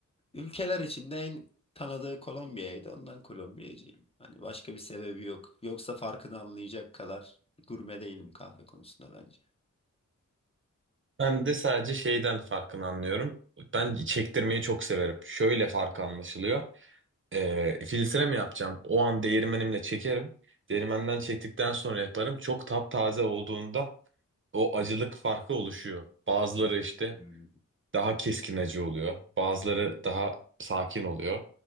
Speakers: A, on the left (about 20°); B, on the right (about 40°).
A: Ülkeler içinde en tanıdığı Kolombiya'ydı. Ondan Kolombiyacıyım. Hani başka bir sebebi yok. Yoksa farkını anlayacak kadar gurme değilim kahve konusunda bence.
B: Ben de sadece şeyden farkını anlıyorum. Ben çektirmeyi çok severim. Şöyle farkı anlaşılıyor. Ee, filtre mi yapacağım? O an değirmenimle çekerim. Değirmenden çektikten sonra yaparım. Çok taptaze olduğunda o acılık farkı oluşuyor. Bazıları işte
A: Hmm.
B: daha keskin acı oluyor. Bazıları daha sakin oluyor.